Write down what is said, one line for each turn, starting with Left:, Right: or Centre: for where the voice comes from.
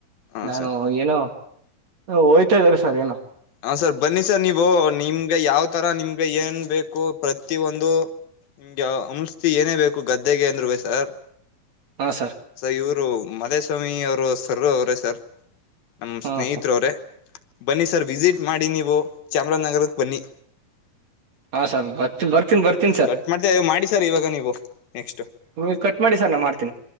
Left: ಹಾ
Right: ನಾನು
Left: ಸರ್
Right: ಏನೋ. ಹೋಯ್ತಾ ಇದ್ದೀರಾ ಸರ್ ಏನೋ.
Left: ಹಾ ರ್ ಬನ್ನಿ ಸರ್ ನೀವು ನಿಮ್ಗ ಯಾವ. ಆ ತರ ನಿಮ್ಗೆ ಏನ್ ಬೇಕು ಪ್ರತಿ ಒಂದು ನಿಮ್ಗೆ ಔಷಧಿ ಏನೇ ಬೇಕು ಗದ್ದೆಗೆ ಅಂದ್ರು ಸರ್.
Right: ಹಾ ಸರ್
Left: ಸೊ ಇವರು ಮದೇಶ್ವ. ಸ್ವಾಮಿ ಸರ್ ಅವ್ರೆ ಸರ್ ನಮ
Right: ಹಾ
Left: ಸ್ನೇಹಿತರ
Right: ಸರ್
Left: ಅವ್ರೆ ಬನ್ನಿ ಸರ್. ವಿಸಿಟ್ ಮಾಡಿ ನೀವು. ಚಾಮರಾಜನಗರಕ್ಕೆ ಬನ್ನಿ.
Right: ಹಾ ಸರ್ ಬರ್ತಿ ಬರ್ತನಿ ಬರ್ತೀನಿ ಸರ್
Left: ಕಟ್ ಮಾಡ್ತೇ ಮಾಡಿ ಸರ್ ಇವಾಗ ನೀವು ನೆಕ್ಸ್ಟ್
Right: ನೀವು ಕಟ್ ಮಾಡಿ ಸರ್ ನಾ ಮಾಡ್ತೀನಿ.